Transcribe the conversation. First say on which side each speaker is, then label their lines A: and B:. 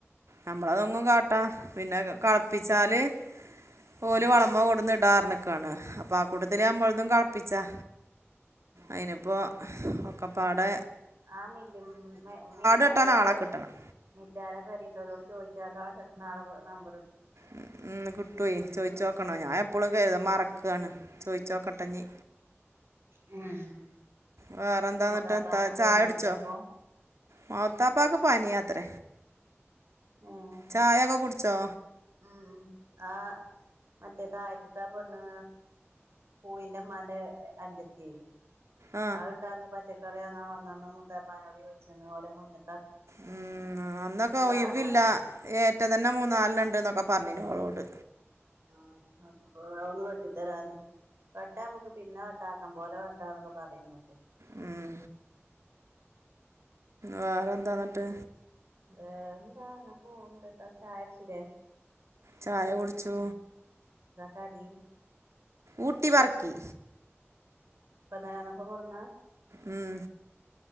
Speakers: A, on the right; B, on the right.
A: നമ്മള അതൊങ്ങും കാട്ടാ പിന്നെ കളപ്പിച്ചാല് ഓല്
B: ഉം
A: വളമ കൂടന്ന് ഇടാറനക്കാണ് അപ്പൊ ആ കൂട്ടത്തി അമ്മളതും കളപ്പിച്ചാ
B: ഉം
A: അയിനിപ്പോൊ ഒക്കപ്പാടെ
B: ആ മില്ല മില്ലാര
A: വെട്ടാൻ ആളെ
B: പ
A: കിട്ടണം
B: മില്ലാരെ പെരത്തവരോട് ചോദിച്ച നാളെ നമ്പ
A: ഉ ഉ കിട്ടയി ചോയ്ിച്ച നോക്കണോ ഞാൻ എപ്പോഴും കരുത മറക്കാണ് ചോയ്ുോക്കട്ടെഞ്ഞീ
B: ഉം
A: വേറെ എന്താ
B: മൂത്താപ്പാക്ക്
A: എന്നിട്ട് എന്താ ചായ
B: ഒഴിവില്ല
A: അടിച്ചോ
B: അപ്പൊ
A: മത്താപ്പാക്ക് പോാന അയാത്ര
B: ഏഹ്
A: ചായൊക്കെ കുടിച്ചോ
B: ഉം ആ മറ്റേ താഴത്തത്തൊ പെണ് പൂവിൻന്റെ മന്റെ അഞ്ചത്തി
A: ആ
B: അത്ണ്ടാന്ന് പച്ചക്കറി അങ്ങങ് വന്നന്ന് മുത്താപ്പാനോട് ചോദിച്ചന്ന് ഓല മുന്ന
A: ഉം അന്നൊക്കെ ഒ
B: കാടാണല്ലോ
A: ഇവില്ല ഏറ്റ തന്നെ മൂന്ന നാലണ്ട് ഒക്കെ പറഞ്ഞന് അവളോട്
B: ആ് അപ്പൊ ഒന്ന് വെട്ടി തരാാന് വെട്ടാ നമ്മുക്ക് പിന്നെ വെട്ട ആക്കൻ പോലെ വെട്ട എന്നൊക്കെ പറയുന്നക്ക
A: ഉം വേറെ എന്താന്നിട്ട്
B: അത എന്താ പോൂണ്ട് ദിവസ ആയിച്ചിട്ടേ
A: ചായ കുടിച്ചു
B: താടി
A: ഊട്ടി വറക്കി
B: ഇപ്പൊന്നരാന്നക്ക കൊന്ന
A: ഉം